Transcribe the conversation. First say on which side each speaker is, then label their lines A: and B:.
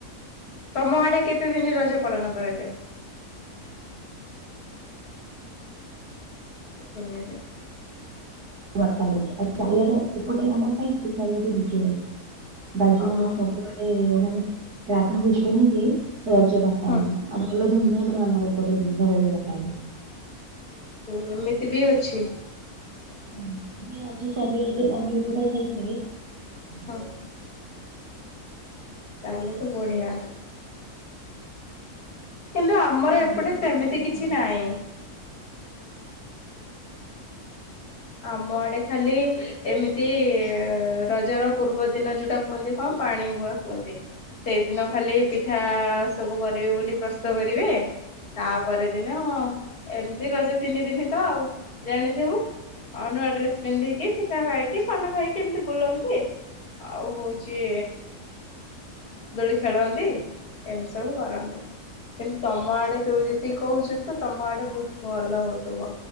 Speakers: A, on the left; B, on the right.
A: ତମ ଆଡେ କେତେ ଦିନ ରଜ ପାଳନ। କରାଯାଏ।
B: <unintelligible> <unintelligible>
A: ତିନି ଦିନ
B: ଆ ଚାରିଆଟା ଏପଟେ ଆମ ସାଇ <inaudible> ବାଜୁଛି
A: ଓହୋ
B: ସବୁଆଡେ <inaudible> ରାଧାକୃଷ୍ଣ <inaudible> ରଜ <inaudible> ଆଉ
A: ହୁଁ।
B: ଭଲ ଧୁମ୍। <unintelligible> <unintelligible>
A: ଓ ହୋ ଏମିତି ବି ଅଛି।
B: <inaudible> ଆଜି ଚାରିଆଡ଼େ ଆମର ଏପଟେ <inaudible>
A: ହଁ
B: <unintelligible>
A: ତାହେଲେ ତ ବଢ଼ିଆ। କିନ୍ତୁ ଆମର
B: ଆଉ ରଙ୍ଗ
A: ଏପଟେ ସେମିତି
B: ଫଙ୍ଗ ଲଗାନ୍ତି
A: କିଛି ନାହିଁ। ଆମ ଆଡେ ଖାଲି ଏମିତି ରଜର ପୂର୍ବ ଦିନ ଯୋଉଟା କୁହନ୍ତି କଣ ପାଣି ବୁଆ କୁହନ୍ତି। ସେଇଦିନ ଖାଲି ପିଠା। ସବୁ କରିବେ ବୋଲି ପ୍ରସ୍ତୁତ କରିବେ ତାପରେ ଦିନ ଏମିତି ରଜ ତିନି ଦିନ ତ ଆଉ ଜାଣିଥିବୁ। ଆଉ ନୂଆ ଡ୍ରେସ୍ ପିନ୍ଧିକି। ପିଠା ଖାଇକି ପାନ ଖାଇକି ଏମିତି ବୁଲନ୍ତି ଆଉ ହଉଛି ଦୋଳି ଖେଳନ୍ତି ଏମିତି ସବୁ କରନ୍ତି କିନ୍ତୁ ତମ ଆଡ଼େ ତୁ ଯେତିକି କହୁଛୁ ତ ତମ ଆଡେ ବହୁତ ଭଲ ହଉଥିବ